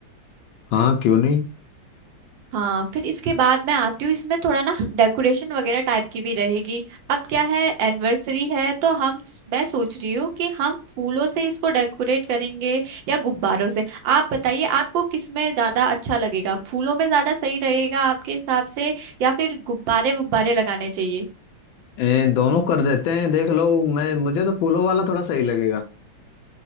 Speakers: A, on the left; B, on the right.
A: हाँ क्यों नहीं
B: हाँ फिर इसके बाद मैं आती हूँ इसमें थोड़ा ना डेकोरेशन वगैरह टाइप की भी रहेगी अब क्या है एनिवर्सरी है तो हम मैं सोच रही हूँ कि हम फूलों से इसको डेकोरेट करेंगे या गुब्बारों से आप बताइए आपको किस में ज्यादा अच्छा लगेगा फूलों में ज्यादा सही रहेगा आपके हिसाब से या फिर गुब्बारे गुब्बारे लगाने चाहिए
A: ए, दोनों कर देते हैं देख लो मैं मुझे तो फूलों वाला थोड़ा सही लगेगा